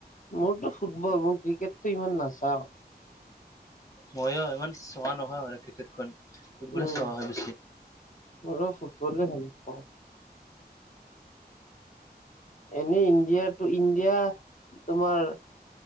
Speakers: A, on the left; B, on the left.
A: মোৰটো ফুটবল, মই ক্ৰিকেটতটো ইমান নাচাওঁ।
B: মইয়ো ইমান চোৱা নহয় মানে ক্ৰিকেটখন, ফুটবলেই
A: উম
B: চোৱা হয় বেছিকে।
A: মোৰো ফুটবলেই ভাল পাওঁ। এনেই ইণ্ডিয়াটো ইণ্ডিয়া তোমাৰ